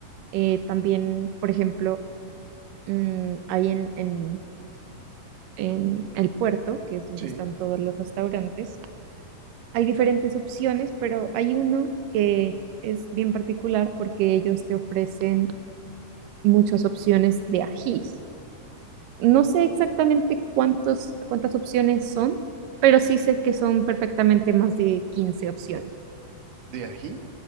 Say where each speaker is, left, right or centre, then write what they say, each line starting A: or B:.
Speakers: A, on the right; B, on the right.
A: Eh, también, por ejemplo, mm, hay en, en, en el puerto, que es donde
B: Sí.
A: están todos los restaurantes, hay diferentes opciones, pero hay uno que es bien particular porque ellos te ofrecen muchas opciones de ajís. No sé exactamente cuántos, cuántas opciones son, pero sí sé que son perfectamente más de 15 opciones.
B: De ají,